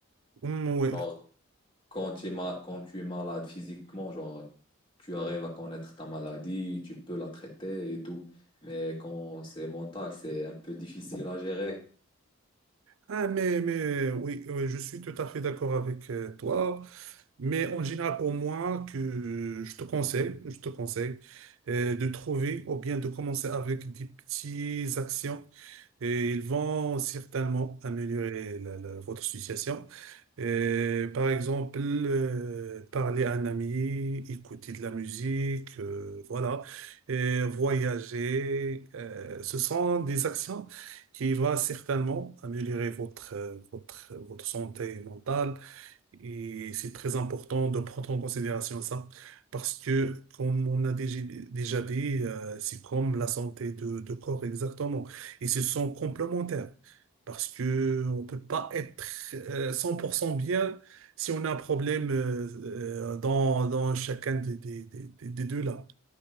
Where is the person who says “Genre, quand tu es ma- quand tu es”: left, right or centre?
Left